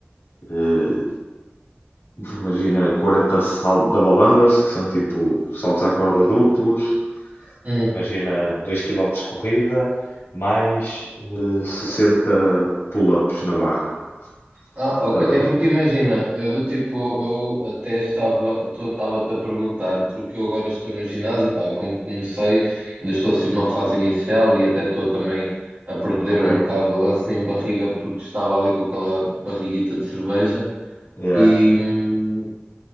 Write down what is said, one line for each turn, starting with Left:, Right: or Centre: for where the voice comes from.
Left: eh, imagina, 40 saltos double unders, que são tipo saltos à corda duplos,
Right: uhum.
Left: Imagina 2 quilómetros de corrida, mais eh, 60 pull-ups na barra.
Right: Ah,
Left: Estás
Right: ok.
Left: a
Right: É
Left: ver?
Right: porque imagina, eu do tipo, eu até estava, tu- estava-te a perguntar, porque eu agora estou no ginásio, pá, e como comecei, ainda estou assim numa fase inicial e até estou também a perder
Left: Ok.
Right: um bocado assim barriga porque estava ali com aquela barriguita de cerveja.
Left: Yeah.
Right: E, hum,